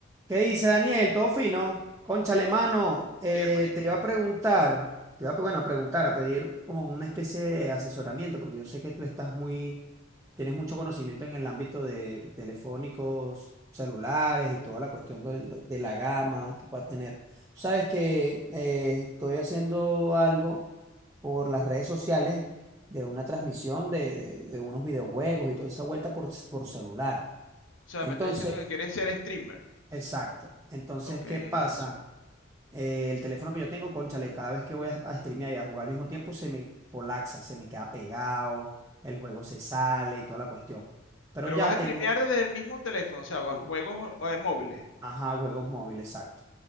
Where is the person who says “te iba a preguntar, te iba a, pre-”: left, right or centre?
Right